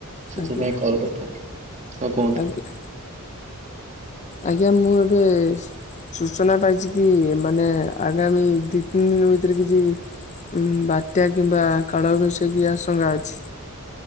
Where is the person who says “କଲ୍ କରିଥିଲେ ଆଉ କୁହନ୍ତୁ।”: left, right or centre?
Right